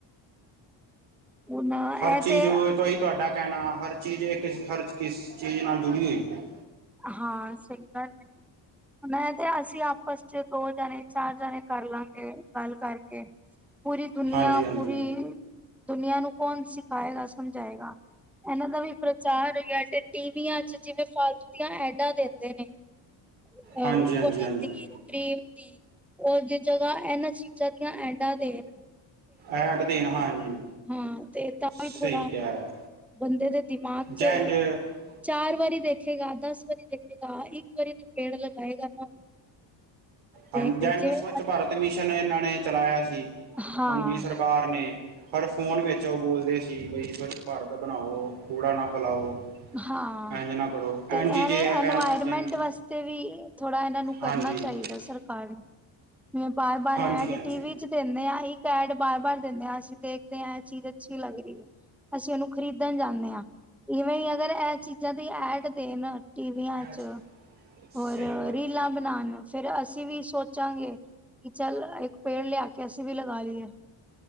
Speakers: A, in the centre; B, on the right.
A: ਹੁਣ ਇਹ
B: ਹਰ ਚੀਜ਼
A: ਤੇ
B: ਉਹ ਤੋਂ ਹੀ ਤੁਹਾਡਾ ਕਹਿਣਾ ਹਰ ਚੀਜ਼ ਇੱਕ ਹਰ ਕਿਸ ਚੀਜ਼ ਨਾਲ ਜੁੜੀ ਹੋਈ ਹੈ
A: ਹਾਂ ਸਹੀ ਗੱਲ ਹੈ ਹੁਣ ਮੈਂ ਤੇ ਅਸੀਂ ਆਪਸ ਚ ਦੋ ਜਾਣੇ ਚਾਰ ਜਾਣੇ ਕਰ ਲਾਂਗੇ ਗੱਲ ਕਰਕੇ ਪੂਰੀ ਦੁਨੀਆਂ
B: ਹਾਂਜੀ ਹਾਂਜੀ
A: ਪੂਰੀ ਦੁਨੀਆਂ ਨੂੰ ਕੌਣ ਸਿਖਾਏਗਾ ਸਮਝਾਏਗਾ ਇਹਨਾਂ ਦਾ ਵੀ ਪ੍ਰਚਾਰ <unintelligible> ਟੀਵੀਆਂ ਚ ਜਿਵੇਂ ਫਾਲਤੂ ਦੀਆਂ ਐਡਾਂ ਦਿੰਦੇ ਨੇ ਉਹ
B: ਹਾਂਜੀ ਹਾਂਜੀ
A: ਪੋਡਰ
B: ਹਾਂਜੀ
A: ਦੀ ਕੀ੍ਮ ਦੀ ਉਹਦੀ ਜਗ੍ਹਾ ਇਹਨਾਂ ਚੀਜ਼ਾਂ ਦੀਆਂ ਐਡਾਂ ਦੇਨ
B: ਐਡ ਦੀਆਂ ਹਾਂਜੀ
A: ਹਾਂ ਤੇ ਤਾਂ
B: ਸਹੀ
A: ਵੀ ਥੋੜ੍ਹਾ
B: ਕਿਹਾ
A: ਬੰਦੇ ਦੇ ਦਿਮਾਗ
B: ਜੈਂਜ
A: ਚ
B: ਹਾਂਜੀ
A: ਚਾਰ ਵਾਰੀ ਦੇਖੇਗਾ ਦੱਸ ਵਾਰੀ ਦੇਖੇਗਾ ਇੱਕ ਵਾਰੀ ਤੇ ਉਹ ਪੇੜ ਲਗਾਏਗਾ ਨਾ
B: ਹਾਂ
A: ਦੇਖਦੇ
B: ਜੈਨ
A: ਜਿਵੇਂ
B: ਸਵੱਛ
A: ਅਸੀਂ
B: ਭਾਰਤ ਮਿਸ਼ਨ ਇਹਨਾਂ ਨੇ ਚਲਾਇਆ ਸੀ
A: ਹਾਂ
B: ਹੁਣ ਜੀ ਸਰਕਾਰ ਕਾਰ ਨੇ ਹਰ ਫੋਨ ਵਿੱਚ ਉਹ ਬੋਲਦੇ ਸੀ ਬਈ ਸਵੱਛ ਭਾਰਤ ਬਣਾਓ ਕੂੜਾ ਨਾ ਫੈਲਾਓ
A: ਹਾਂ
B: ਇੰਝ ਨਾ ਕਰੋ
A: ਤੇ
B: ਐਨ ਜੀ
A: ਐਵੇਂ
B: ਜੇ ਆ ਕਹਿਣ
A: ਐਨਵਾਇਰਮੈਂਟ
B: ਲੱਗ ਜਾਣ
A: ਵਾਸ ਤੇ ਵੀ ਥੋੜਾ ਇਹਨਾਂ ਨੂੰ
B: ਹਾਂਜੀ
A: ਕਰਨਾ ਚਾਹੀਦਾ ਸਰਕਾਰ ਨੂੰ ਜਿਵੇਂ ਬਾਰ ਬਾਰ
B: ਹਾਂਜੀ
A: ਐਡ
B: ਹਾਂਜੀ
A: ਟੀਵੀ ਚ ਦਿੰਦੇ ਹਾਂ ਇੱਕ ਐਡ ਬਾਰ ਬਾਰ ਦਿੰਦੇ ਹਾਂ ਅਸੀਂ ਦੇਖਦੇ ਹਾਂ ਇਹ ਚੀਜ਼ ਅੱਛੀ ਲੱਗ ਰਹੀ ਹੈ ਅਸੀਂ ਉਹਨੂੰ ਖ਼ਰੀਦਣ ਜਾਂਣੇ ਹਾਂ ਇਵੇਂ ਹੀ ਅਗਰ ਇਹ ਚੀਜ਼ਾਂ ਦੀ ਐਡ ਦੇਣ ਟੀਵੀਆਂ
B: ਐ
A: ਚ
B: ਸਹੀ
A: ਹੋਰ
B: ਗੱਲ
A: ਰੀਲਾਂ
B: ਹੈ
A: ਬਣਾਉਣ ਫੇਰ ਅਸੀਂ ਵੀ ਸੋਚਾਂਗੇ ਕਿ ਚੱਲ ਇੱਕ ਪੇੜ ਲਿਆ ਕੇ ਅਸੀਂ ਵੀ ਲੱਗਾ ਲਈਏ